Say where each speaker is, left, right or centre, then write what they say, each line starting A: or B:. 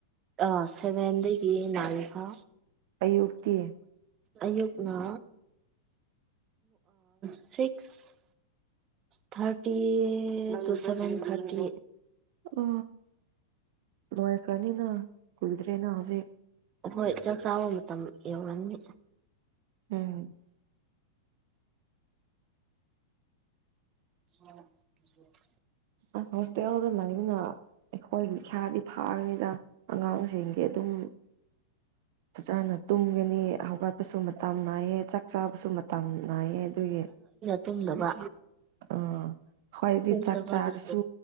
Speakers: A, on the right (about 30°); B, on the right (about 60°).
A: ꯑ ꯁꯦꯕꯦꯟꯗꯗꯒꯤ ꯅꯜꯀ
B: ꯑꯌꯨꯛꯀꯤ
A: ꯑꯌꯨꯛꯅ six thirty to seven thirty
B: ꯑ ꯃ ꯀꯅꯤꯅ ꯀꯨꯜꯗꯔꯦꯅ ꯑꯣꯦ
A: ꯍꯣꯏ ꯆꯥꯛ ꯆꯥꯕ ꯃꯇꯝ ꯌꯧꯔꯅꯤ
B: ꯎꯝ
A: ꯎ
B: ꯑꯁ ꯍꯣꯁꯇꯦꯜꯗ ꯂꯩꯕꯅ ꯑꯩꯈꯣꯏꯒꯤ ꯏꯁꯥꯗꯤ ꯐꯥꯔꯤꯉꯩꯗ ꯑꯉꯥꯡꯁꯤꯡ ꯑꯗꯨꯝ ꯐꯖꯅ ꯇꯨꯝꯒꯅꯤ ꯍꯧꯒꯠꯄꯁꯨ ꯃꯇꯝ ꯅꯥꯏꯌꯦꯦ ꯆꯥꯛ ꯆꯥꯕꯁꯨ ꯃꯇꯝ ꯅꯥꯏꯌꯦ ꯑꯗꯨꯒꯤ
A: ꯑꯗꯨꯒꯨꯡꯂꯕ
B: ꯑꯥ ꯍꯣꯏꯗꯤ
A: ꯇꯨꯝꯗꯕꯒꯤ
B: ꯆꯥꯛ ꯆꯥꯔꯁꯨ